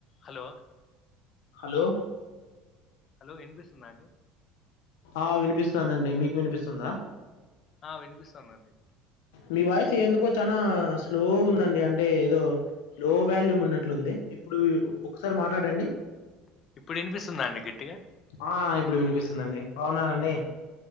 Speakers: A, on the left; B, on the left.
A: Hello
B: hello
A: hello వినిపిస్తుందా అండి
B: ఆ వినిపిస్తుందండి మీకు వినిపిస్తుందా
A: ఆ వినిపిస్తదిండి
B: మీ వాయిస్ ఎందుకో చాలా స్లోగన్దండి అంటే ఏదో లో వాల్యూమ్ ఉన్నట్లుంది ఇప్పుడు ఒకసరి మాట్లాడండి
A: ఇప్పుడు వినిపిస్తుంద అండి గట్టిగా
B: అ ఇప్పుడు వినిపిస్తుందండి బాగున్నర అండి